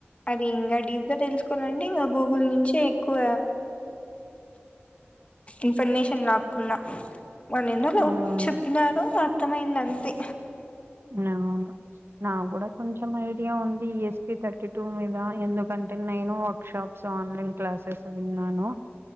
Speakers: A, on the left (about 30°); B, on the right (about 60°).
A: అది ఇంకా డీప్గా తెలుసుకోవాలంటే ఇంకా గూగుల్ నుంచి ఎక్కువ ఇన్ఫర్మేషన్ లాకున్నా వాళ్ళు ఎందులో
B: హ్మ్.
A: చెప్పినారో. ఉత్తమైది అంతే.
B: ఆ నా కూడా కొంచెం ఇగా ఉంది ఈఎస్పి థర్టీ టూ మీద ఎందుకంటే నేను వర్క్ షాప్స్ ఆన్లైన్ క్లాసెస్ విన్నాను.